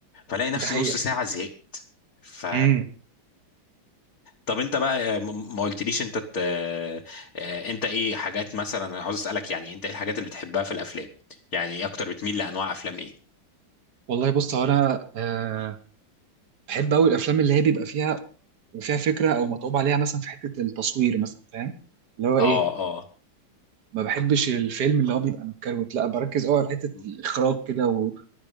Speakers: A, on the left (about 50°); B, on the right (about 55°).
A: فلاقي
B: ده
A: نفسي
B: حقيقة
A: نص ساعه زهقت ف
B: امم
A: طب انت بقى آه، م- ما قلتليش انت ت... آه، آه، انت ايه حاجات مثلا انا عاوز اسالك يعني انت ايه الحاجات اللي بتحبها في الافلام يعني ايه اكتر بتميل لانواع افلام ايه
B: والله بص هو انا آه بحب قوي الافلام اللي هي بيبقى فيها فيها فكره او متعوب عليها مثلا في حته التصوير مثلا فاهم اللي هو ايه
A: اه اه
B: ما بحبش الفيلم اللي هو بيبقى متكروت لا بركز قوي على حته
A: مم.
B: الاخراج كده و...